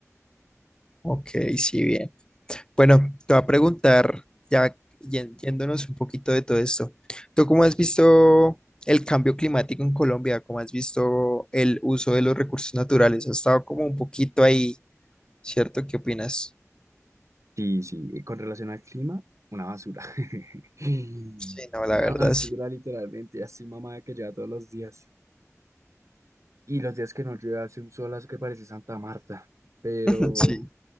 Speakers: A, on the left; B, on the right.
A: Ok, sí, bien. Bueno, te voy a preguntar, ya yen- yéndonos un poquito de todo esto, ¿tú cómo has
B: Sí.
A: visto el cambio climático en Colombia? ¿Cómo has visto el uso de los recursos naturales? Ha estado como un poquito ahí, ¿cierto? ¿Qué opinas?
B: Sí, sí, eh, con relación al clima, una basura. <laughs>
A: Sí, no, la
B: Una
A: verdad,
B: basura,
A: sí.
B: literalmente. Ya estoy mamada que lleva todos los días. Y los días que no llueve hace un solazo que parece Santa Marta. Pero
A: <laughs> Sí,